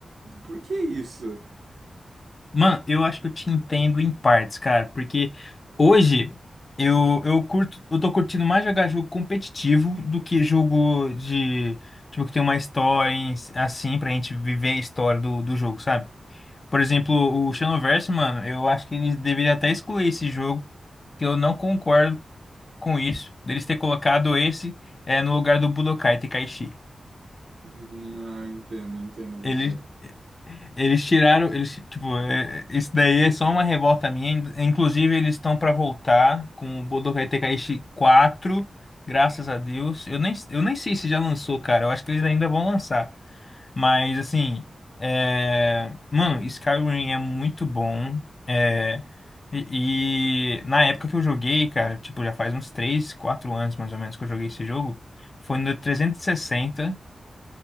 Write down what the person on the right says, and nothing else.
Por que isso?
Uhum, Ah, entendo, entendo você.